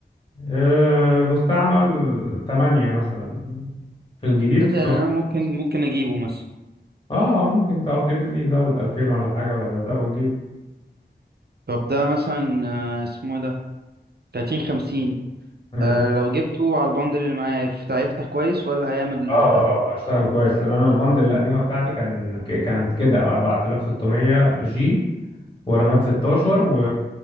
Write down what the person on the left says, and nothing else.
آه مستعمل 8 مثلا في الجديد
11
اه ممكن تابجريد ليه يزود 2000 ولا حاجه ولا 3 وتجيب
مم.
اه
اه اشتغل كويس لان انا البند القديمه بتاعتي كان ك- كانت كده 4600 جي ورامات 16 و...